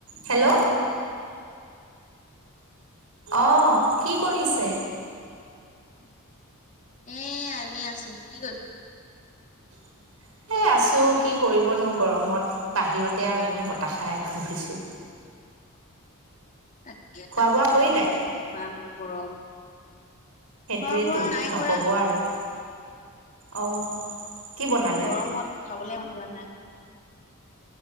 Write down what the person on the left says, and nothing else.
<unintelligible> এনে আছোঁ কি কৰিছে?
<unintelligible>
ইমান গৰম।
খোৱা বোৱা নাই
কৰা
উম,
গৰমত খাবলে মন যোৱা নাই।